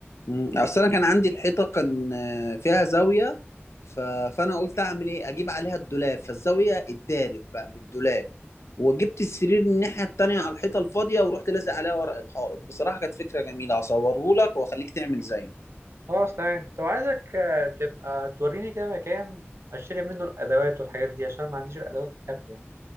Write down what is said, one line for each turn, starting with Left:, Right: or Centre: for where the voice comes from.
Left: مم. اصل انا كان عندي الحيطه كان آه، فيها زاويه ف... فانا قلت اعمل ايه اجيب عليها الدولاب فالزاويه اتدارت بقى بالدولاب وجبت السرير من الناحيه التانيه على الحيطه الفاضيه ورحت لازق عليها ورق الحائط بصراحه كانت فكره جميله هصوره لك واخليك تعمل زيه
Right: خلاص تمام طب عايزك آه، تبقى توريني كده مكان اشتري منه الادوات والحاجات دي عشان ما عنديش الادوات الكافيه يعني